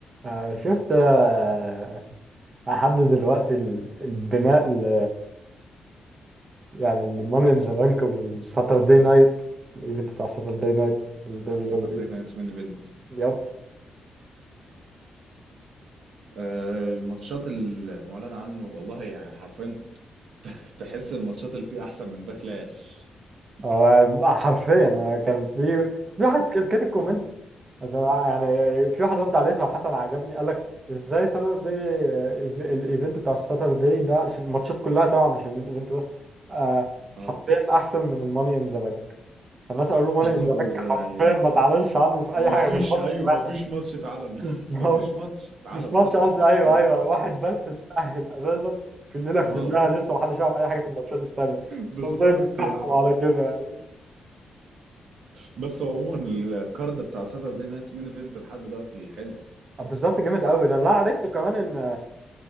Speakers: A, on the right (about 40°); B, on the right (about 75°).
A: آه، شفت آه، لحد دلوقتي ال- البناء ل يعني الماني ان ذا بانك والساتردي نايت الايفنت بتاع ساتردي نايت الدبليو
B: ساتردي
A: دبليو
B: نايتس مين ايفنت
A: يب
B: آه، الماتشات المعلن عنه والله يعني حرفيا <laughs> تحس الماتشات اللي فيه احسن من باكلاش
A: هو حرفيا انا كان في في واحد كان كاتب كومنت مثلا يعني في واحد رد عليه صراحة عجبني قال لك ازاي ساتردي الايفنت بتاع الساتردي ده عشان الماتشات كلها طبعا مش المين ايفنت بس آه،
B: اه
A: حرفيا احسن من الماني ان ذا بانك الناس قالوا له
B: <laughs>
A: ماني إزاك حرفيا
B: يعني
A: ما تعلنش عنه في
B: مفيش
A: اي حاجه غير ماتش
B: ايوه
A: واحد
B: مفيش ماتش اتعلن
A: <laughs> مش
B: <laughs> مفيش ماتش اتعلن
A: مش ماتش
B: اصلا
A: قصدي
B: حرفيا
A: ايوه ايوه واحد بس اللي تأهل اساسا في الليله كلها
B: اه
A: لسه ما حدش يعرف اي حاجه في الماتشات التانيه
B: بالظبط
A: انت ازاي بتحكم
B: يعني
A: على كده يعني
B: بس عموما الكارد بتاع ساتردي نايتس مين ايفنت لحد دلوقتي حلو
A: <laughs> بالظبط جامد قوي ده لا عرفته كمان ان